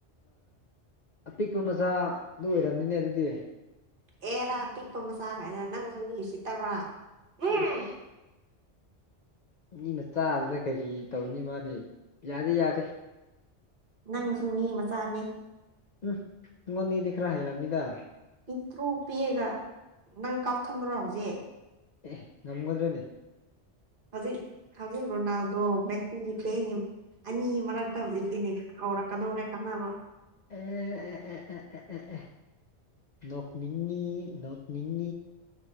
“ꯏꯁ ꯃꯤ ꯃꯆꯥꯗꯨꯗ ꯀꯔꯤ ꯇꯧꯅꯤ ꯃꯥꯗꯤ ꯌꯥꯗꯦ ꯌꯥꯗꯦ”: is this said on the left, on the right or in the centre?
Left